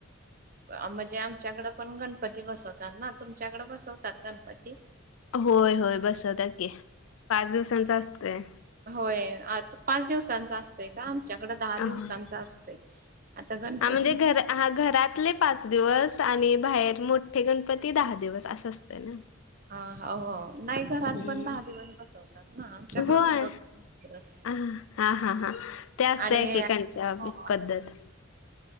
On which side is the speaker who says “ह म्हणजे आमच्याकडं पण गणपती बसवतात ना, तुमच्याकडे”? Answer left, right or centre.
Right